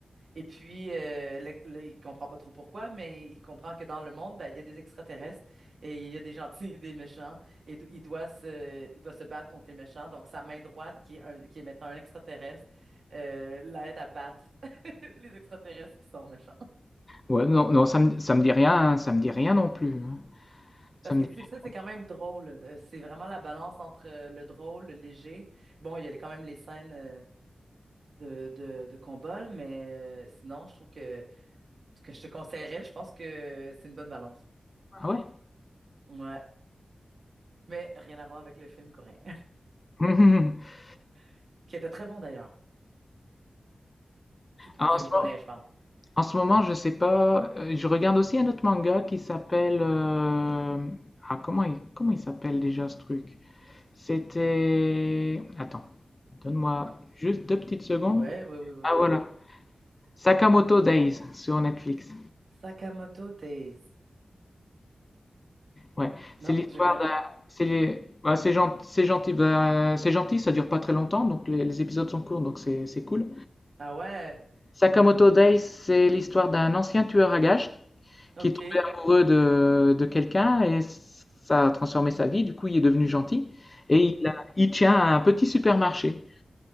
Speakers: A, on the right; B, on the left.
A: Et puis, euh, là, là, il comprend pas trop pourquoi, mais il comprend que dans le monde, ben, il y a des extraterrestres et il y a des gentils <laughs> et des méchants. Et do- il doit se, il doit se battre contre les méchants. Donc, sa main droite, qui est, un- qui est maintenant un extraterrestre, euh, l'aide à battre <laughs> les extraterrestres qui sont méchants.
B: Ouais, non, non, ça me, ça me dit rien, hein, ça me dit rien non plus. hein.
A: Parce
B: Ça me
A: que
B: dit...
A: c'est ça, c'est
B: rien,
A: quand même drôle. Euh, C'est vraiment la balance entre euh, le drôle, le léger. Bon, il y a les- quand même les scènes euh, de, de, de combat, là, mais euh, sinon, je trouve que, que je te conseillerais, je pense que c'est une bonne balance.
B: Ah ouais?
A: Ouais. Mais rien à voir avec le film coréen,
B: <laughs>
A: <laughs> qui était très bon d'ailleurs.
B: Ah,
A: Le film
B: En ce
A: coréen,
B: moment,
A: je parle.
B: en ce moment, je sais pas. euh, Je regarde aussi un autre manga qui s'appelle. euh, Ah, comment il, comment il s'appelle déjà ce truc? C'était. Attends, donne-moi juste deux petites secondes.
A: Ouais, oui, oui, oui,
B: Ah
A: oui.
B: voilà, Sakamoto Days sur Netflix.
A: Sakamoto Days.
B: Ouais,
A: Non,
B: c'est l'histoire
A: je connais pas.
B: d'un. C'est les- ouais, c'est gen- c'est gentil, bah, c'est gentil, ça dure pas très longtemps, donc les, les épisodes sont courts, donc c'est c'est cool.
A: Ah ouais,
B: Sakamoto Days, c'est l'histoire d'un ancien tueur à gages
A: ok.
B: qui est tombé
A: <laughs>
B: amoureux de, de quelqu'un et ça a transformé sa vie. Du coup, il est devenu gentil et il, a- il tient à un petit supermarché.